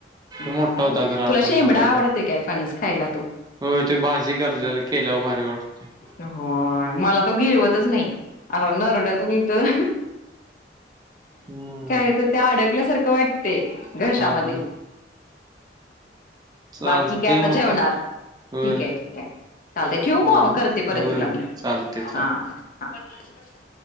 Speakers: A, on the left (about 50°); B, on the right (about 20°).
A: हं
B: तो मोठा होता खरं आपण
A: तुला शेंबडा
B: खाल्ला
A: आवडतंय
B: तो
A: काय फणस? खायला तो
B: होय. त्यो भाजी करलेला केल्यावर भारी वाटतोय
A: होय मला तो गिळवतचं नाही अवो नरडयातून इतंक तर
B: हम्म
A: काय तर त्या अडकल्यासारखं वाटतयं. घशामध्ये
B: हा हा चालते
A: बाकी काय आता
B: मग
A: जेवणार.
B: होय
A: ठीक आहे ठीक आहे चालतंय ठेवू
B: होय
A: मग करते परत
B: होय
A: तुला
B: होय
A: मी
B: चालते चालते
A: हा <unintelligible>